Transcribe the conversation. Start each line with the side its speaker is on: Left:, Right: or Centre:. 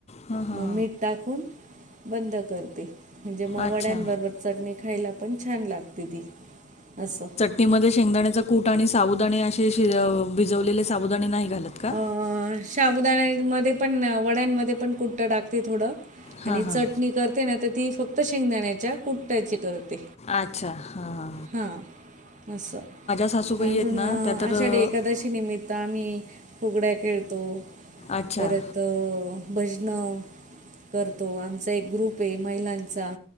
Left: हां हां
Right: मग मीठ- टाकून बंद करते. म्हणजे मग
Left: अच्छा
Right: वड्यां बरोबर चटणी- खायला पण छान लागते ती असं-
Left: तीमध्ये शेंगदाण्याचा कूट आणि साबुदाणे असे शि भिजवलेले साबुदाणे नाही घालत. का
Right: अ शबुदाण्यामध्ये पण वड्यांमध्ये पण कुट्टा टाकते थोडं-
Left: हां
Right: आणि चटणी
Left: हां
Right: करते ना तर ती फक्त शेंगदाण्याच्या कुट्ट्याची करते.
Left: अच्छा हा हा
Right: हां असं
Left: सासूबाई
Right: अजून
Left: आहेत ना त्या तर
Right: आषाढी
Left: अ,
Right: एकादशी निमित्त- मित्त आम्ही फुगड्या खेळतो
Left: अच्छा
Right: परत- तर भजनं करतो, आमचा एक ग्रुप आहे महिलांचा.